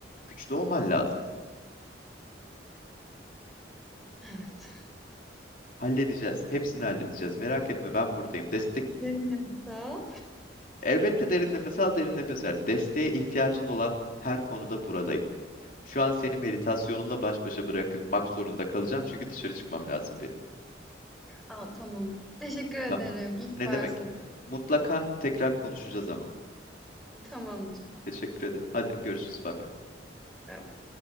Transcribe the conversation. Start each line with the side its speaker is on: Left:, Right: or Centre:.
Left: güçlü olman lazım.
Centre: Evet.
Left: Halledeceğiz. Hepsini halledeceğiz. Merak etme ben buradayım. Destek
Centre: Derin nefes al.
Left: elbette derin nefes al, derin nefes ver. Desteğe ihtiyacın olan her konuda buradayım. Şu an seni meditasyonunla baş başa bırakmak zorunda kalacağım çünkü dışarı çıkmam lazım benim.
Centre: Aa, tamam. Teşekkür ederim.
Left: Tamam.
Centre: İyi ki
Left: Ne
Centre: varsın.
Left: demek? Mutlaka tekrar konuşacağız ama.
Centre: Tamamdır.
Left: Teşekkür ederim. Hadi görüşürüz. Bay bay.
Centre: Bay bay.